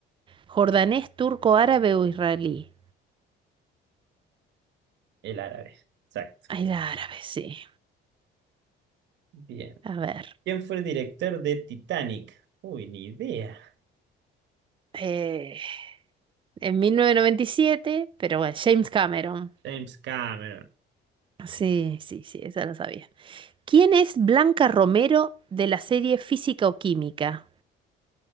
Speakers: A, on the right; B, on the right.
A: ¿Jordanés, turco, árabe o israelí?
B: El árabe. Exacto.
A: Ay, la árabe, sí.
B: Bien.
A: A ver.
B: ¿Quién fue el director de Titanic? Uy, ni idea.
A: eh, en mil novecientos noventa y siete pero bueno, James Cameron.
B: James Cameron.
A: Sí, sí, sí, esa lo sabía. ¿Quién es Blanca Romero de la serie Física o Química?